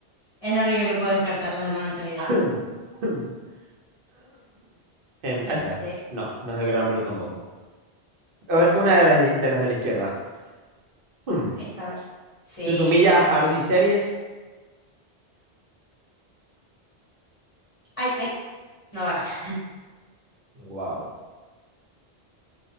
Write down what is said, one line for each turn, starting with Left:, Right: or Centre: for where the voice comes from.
Left: Es la única que puedo descartar, las demás no tengo idea.
Right: <clears throat> Em, ahí
Left: Este,
Right: está. No, no es de Gran Blue tampoco. A ver, Una de las de, las de la izquierda. <clears throat> Hmm.
Left: esta, a ver. Sí.
Right: Susumiya Haruhi Series.
Left: Ay, ay, no baraja.
Right: Wow.